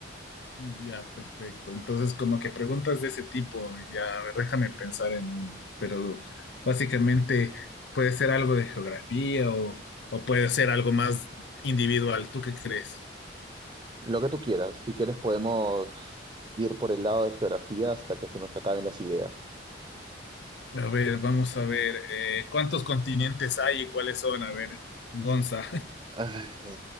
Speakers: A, on the left; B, on the right.
A: Ya, perfecto. Entonces, como que preguntas de ese tipo, ya, a ver, déjame pensar en una, pero básicamente puede ser algo de geografía o, o puede ser algo más individual. ¿Tú qué crees?
B: Lo que tú quieras, si quieres podemos ir por el lado de geografía hasta que se nos acaben las ideas.
A: A ver, vamos a ver, eh, ¿cuántos continentes hay y cuáles son? A ver, Gonza.
B: Ay,